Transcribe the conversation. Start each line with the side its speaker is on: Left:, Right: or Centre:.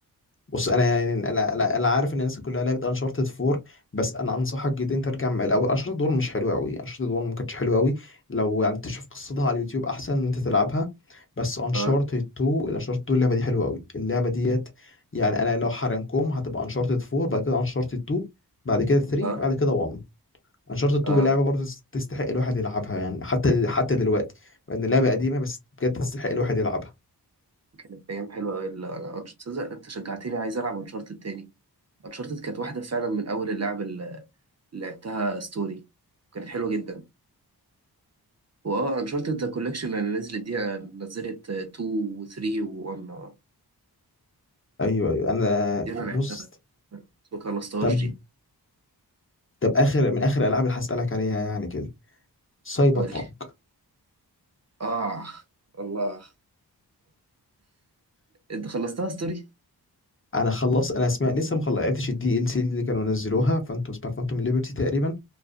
Left: بص انا يعني انا انا أنا عارف ان الناس كلها لعبت انشارتد 4 بس انا انصحك جدا انت ترجع من الاول انشارتد 1 مش حلوه قوي انشارتد 1 ما كانتش حلوه قوي لو يعني تشوف قصتها على اليوتيوب احسن ان انت تلعبها بس انشارتد
Right: أه
Left: 2 الانشارتد 2 اللعبه دي حلوه قوي اللعبه ديت يعني انا لو حرنكم هتبقى انشارتد 4 بعد كده انشارتد 2 بعد كده 3
Right: أه
Left: بعد كده 1 انشارتد 2
Right: أه
Left: لعبه برضه تس- تستحق الواحد يلعبها يعني حتى حتى دلوقتي مع ان اللعبه قديمه بس بجد تستحق الواحد يلعبها
Right: كانت ايام حلوه قوي انا أنا- تصدق انت شجعتني عايز العب انشارتد تاني انشارتد كانت واحده فعلا من اول اللعب اللي لعبتها ستوري كانت حلوه جدا واه انشارتد ذا كوليكشن اللي نزلت دي نزلت 2 و3 و1
Left: ايوه ايوه انا
Right: دي انا لعبتها
Left: بص
Right: بس ما خلصتهاش
Left: طب
Right: دي
Left: طب اخر من اخر الالعاب اللي هسالك عليها يعني كده سايبر
Right: قولي
Left: بانك
Right: اه الله انت خلصتها ستوري
Left: انا خلص انا اسمع لسه ما لعبتش الدي ال سي اللي كانوا نزلوها فانتم اسمها فانتوم ليبرتي تقريبا